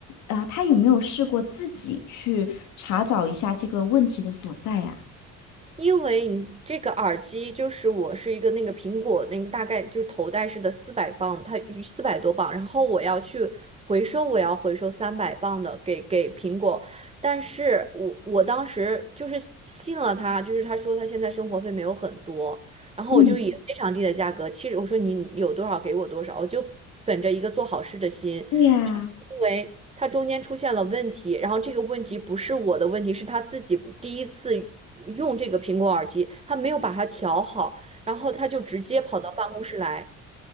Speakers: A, on the left (about 75°); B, on the right (about 20°).
A: 啊，他有没有试过自己去查找一下这个问题的所在呀？
B: 因为你这个耳机就是我是一个那个苹果那个大概就是头戴式的四百磅，它四百多磅，然后我要去回收，我要回收三百磅的给给苹果，但是我我当时就是信了他，就是他说他现在生活费没有很多，然后我就以非常低的价格，
A: 嗯。
B: 其实我说你有多少给我多少，我就本着一个做好事的心，
A: 对呀。
B: 就是因为他中间出现了问题，然后这个问题不是我的问题，是他自己第一次用这个苹果耳机，他没有把它调好，然后他就直接跑到办公室来